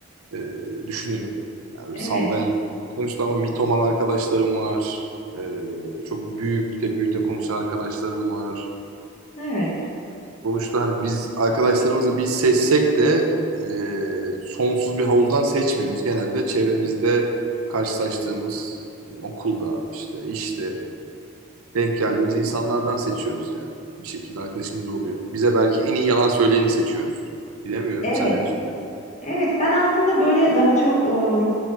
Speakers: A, on the right; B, on the left.
A: e, düşünürüm. Yani
B: evet.
A: sallayan. Sonuçta ama mitoman arkadaşlarım var. E, çok büyük de büyük de konuşan arkadaşlarım var.
B: Evet.
A: Sonuçta hani biz arkadaşlarımızı biz seçsek de e, sonsuz bir havuzdan seçmiyoruz. Genelde çevremizde karşılaştığımız okulda işte işte Denk geldiğimiz insanlardan seçiyoruz yani. Bir şekilde arkadaşımız oluyor. Bize belki en iyi yalan söyleyeni seçiyoruz. Bilemiyorum.
B: Evet.
A: Sen ne düşünüyorsun?
B: Evet, ben aslında böyle daha çok ımm,